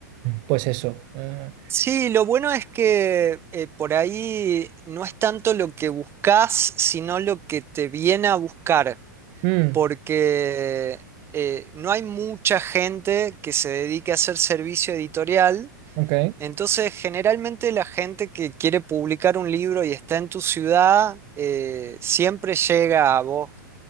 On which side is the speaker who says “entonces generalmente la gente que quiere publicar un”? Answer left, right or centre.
Right